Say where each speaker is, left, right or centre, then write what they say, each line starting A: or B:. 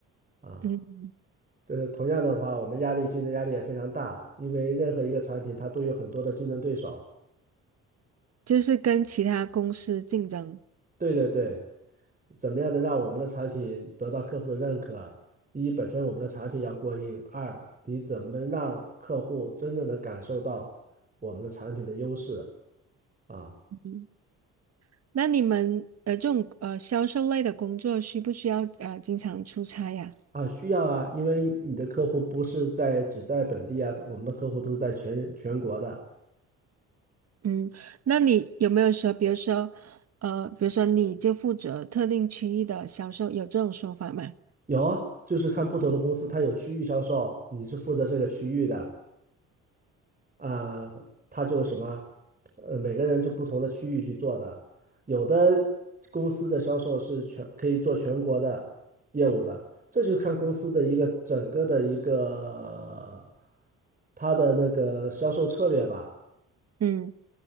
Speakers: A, on the right; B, on the right.
A: 啊。
B: 嗯，
A: 就是同样的话，我们压力竞争压力也非常大，因为任何一个产品它都有很多的竞争对手。
B: 就是跟其他公司竞争。
A: 对对对，怎么样能让我们的产品得到客户的认可？一，本身我们的产品要过硬；二，你怎么能让客户真正的感受到我们的产品的优势啊？
B: 嗯，那你们呃这种呃销售类的工作需不需要呃经常出差呀？
A: 啊，需要啊，因为你的客户不是在只在本地啊，我们的客户都是在全全国的。
B: 嗯，那你有没有说，比如说呃，比如说你就负责特定区域的销售，有这种说法吗？
A: 有啊，就是看不同的公司，它有区域销售，你是负责这个区域的。啊，他就什么，呃，每个人就不同的区域去做的，有的公司的销售是全可以做全国的业务的，这就看公司的一个整个的一个它的那个销售策略吧。
B: 嗯，